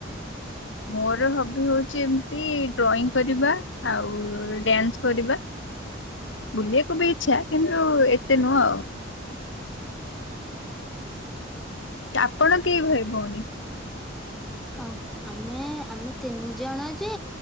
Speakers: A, on the left; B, in the centre.
A: ମୋର ହବି ହଉଛି ଏମିତି ଡ୍ରଇଂ କରିବା ଆଉ ଡ୍ୟାନ୍ସ କରିବା।
B: ହ <unintelligible>
A: ବୁଲିବାକୁ ବି ଇଚ୍ଛା କିନ୍ତୁ ଏତେ ନୁହଁ ଆଉ
B: ହଁ।
A: ଆପଣ କେଇ ଭାଇ ଭଉଣୀ?
B: ହଉ ଆମେ ଆମେ ତିନି ଜଣ ଯେ